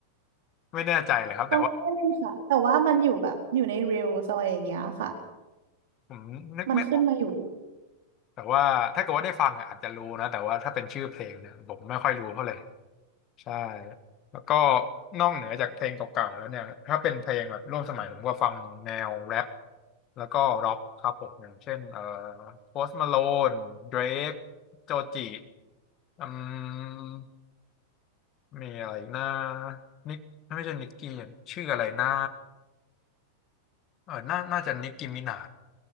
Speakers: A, on the left; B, on the right.
A: ไม่แน่ใจเลยครับแต่ว่า
B: ต้องไม่ได้เล่นค่ะ แต่ว่ามันอยู่แบบอยู่ใน Reels อะไรอย่างเงี้ยค่ะ
A: ผมนึกไม่ออก
B: มันขึ้นมาอยู่
A: แต่ว่าถ้าเกิดว่าได้ฟังอะอาจจะรู้นะแต่ว่าถ้าเป็นชื่อเพลงเนี่ยผมไม่ค่อยรู้เท่าไหร่ใช่แล้วก็นอกเหนือจากเพลงเก่าๆแล้วเนี่ยถ้าเป็นเพลงแบบร่วมสมัยผมก็ฟังแนวแร็ปแล้วก็ร็อกครับผมอย่างเช่นเอ่อโพสต์มาโลนเดรกโจจิอืมมีอะไรอีกนะนิกไม่ใช่นิกกี้ชื่ออะไรนะเออน่าน่าจะนิกกี้มินา